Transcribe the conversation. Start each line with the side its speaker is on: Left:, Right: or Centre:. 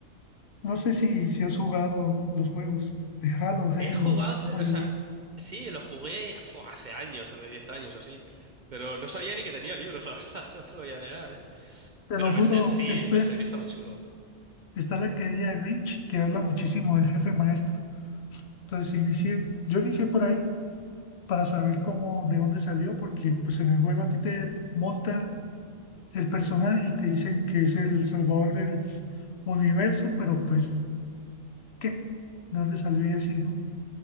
Left: no sé si, si has jugado los juegos de Halo, Halo,
Right: He jugado,
Left: no sé cómo
Right: eh,
Left: le
Right: o sea,
Left: di.
Right: sí, lo jugué fu, hace años, hace 10 años o así. Pero no sabía ni que tenía libros, la verdad, <laughs> no te lo voy a negar, ¿eh?
Left: Te
Right: Pero
Left: lo juro,
Right: Berserk sí,
Left: este,
Right: Berserk está muy chulo.
Left: está la querida de Rich que habla muchísimo del jefe maestro. Entonces inicié, yo inicié por ahí para saber cómo, de dónde salió, porque pues en el juego a ti te montan el personaje y te dicen que es el salvador del universo, pero pues, ¿qué? ¿De dónde salió y así, no?